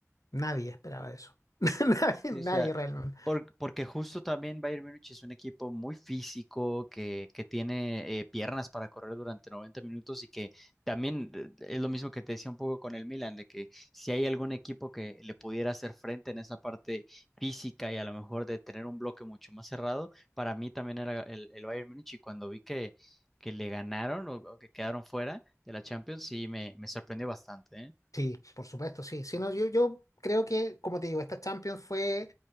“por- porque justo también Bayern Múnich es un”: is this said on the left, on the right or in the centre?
Centre